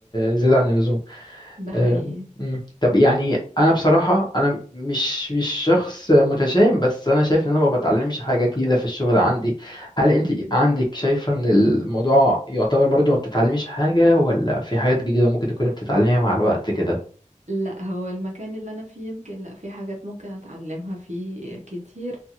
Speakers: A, on the left (about 35°); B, on the right (about 65°).
A: زيادة عن اللزوم
B: ده حقيقي
A: أم، مم. طب يعني انا بصراحه انا مش مش شخص متشائم بس انا شايف ان انا ما بتعلمش حاجه جديده في الشغل عندي هل انت
B: مم.
A: عندك شايفه ان الموضوع يعتبر برضو ما بتتعلميش حاجه ولا في حاجات جديده ممكن تكون بتتعلميها مع الوقت كده
B: لا هو المكان اللي انا فيه يمكن لا في حاجات ممكن اتعلمها فيه كتير